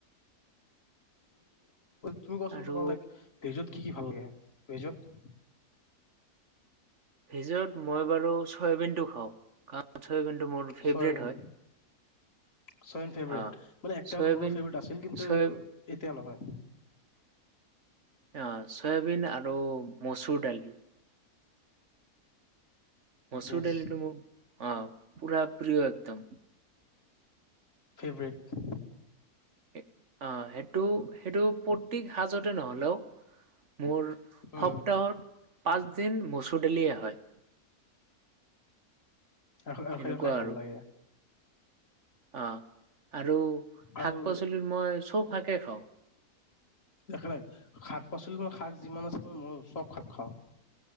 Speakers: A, on the left; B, on the right.
A: তুমি কচোন
B: আৰু
A: তোমাৰ লাইক ভেজত কি কি ভাল লাগে ভেজত?
B: ভেজত মই বাৰু চয়াবিনটো খাওঁ কাৰণ চয়াবিনটো মোৰ ফেভৰেট
A: চয়াবিন
B: হয়।
A: চয়াবিন ফেভৰেট
B: হা
A: মানে একটা
B: চয়াবিন
A: মোৰো ফেভকেট আছিল কিন্তু
B: চয়
A: এতিয়া নহয়।
B: অ', চয়াবিন আৰু মচুৰ দালি। মচুৰ
A: য়েছ
B: ডালিটো মোৰ অ' পুৰা প্ৰিয় একদম।
A: ফেভেৰেত।
B: অ', সেইটো সেইটো প্ৰতি সাজতে নহ'লেও মোৰ সপ্তাহত
A: উম
B: পাঁচ দিন মচুৰ দালিয়ে হয়।
A: <unintelligible>
B: সেনেকুৱা
A: খাই ভাল
B: আৰু
A: লাগে।
B: অ', আৰু
A: আৰু
B: শাক পাচলিত মই চব শাকে খাওঁ।
A: দেখা নাইে শাক পাচলি মই শাক যিমান আছে মই ময়ো চব শাক খাওঁ।